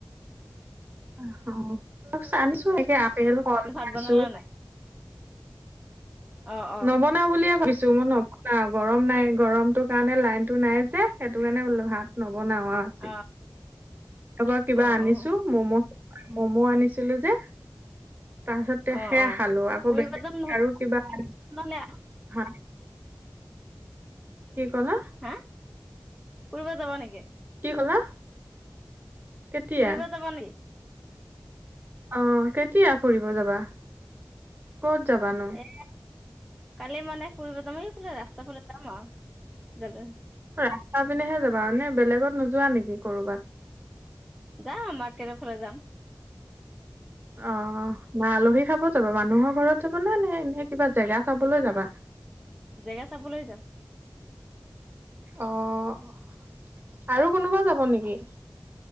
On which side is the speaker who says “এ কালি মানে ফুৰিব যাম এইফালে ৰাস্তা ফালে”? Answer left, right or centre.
Centre